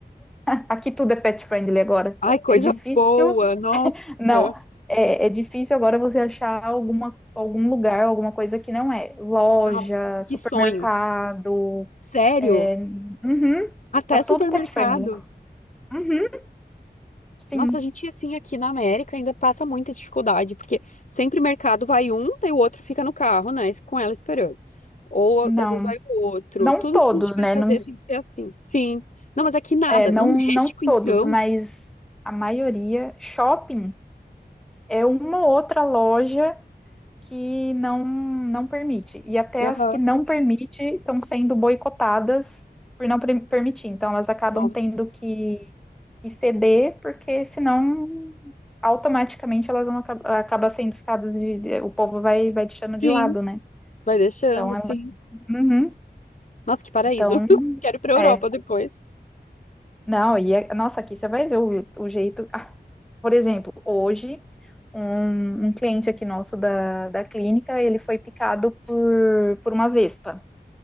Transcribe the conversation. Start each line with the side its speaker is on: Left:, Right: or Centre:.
Centre: aqui tudo é pet friendly agora.
Left: Ai, coisa
Centre: É difícil
Left: boa, nossa,
Centre: Não, é, é difícil agora você achar alguma, algum lugar, alguma coisa que não é. Loja,
Left: nossa,
Centre: supermercado,
Left: que sonho. Sério,
Centre: é, uhum,
Left: até
Centre: tá tudo
Left: supermercado.
Centre: pet friendly. Uhum, sim,
Left: Nossa, a gente assim aqui na América ainda passa muita dificuldade, porque sempre mercado vai um, daí o outro fica no carro, né, com ela esperando. Ou
Centre: não,
Left: às vezes vai o outro.
Centre: não
Left: Tudo
Centre: todos,
Left: que a gente vai
Centre: né?
Left: fazer
Centre: Não,
Left: tem que ser assim. Sim. Não, mas aqui nada.
Centre: é, não,
Left: No México,
Centre: não todos,
Left: então.
Centre: mas a maioria. Shopping é uma ou outra loja que não não permite. E até
Left: Aham.
Centre: as que não permite estão sendo boicotadas por não pre- permitir. Então elas acabam
Left: Nossa.
Centre: tendo que, que ceder, porque senão automaticamente elas vão acabar acaba sendo ficadas de, de- o povo vai vai deixando de
Left: Sim,
Centre: lado, né?
Left: vai deixando,
Centre: Então ela,
Left: sim.
Centre: Uhum.
Left: Nossa, que paraíso.
Centre: então
Left: <laughs> Quero ir pra Europa
Centre: é,
Left: depois.
Centre: não, e é- nossa, aqui você vai ver o, o jeito. Ah, por exemplo, hoje um, um cliente aqui nosso da, da clínica, ele foi picado por, por uma vespa.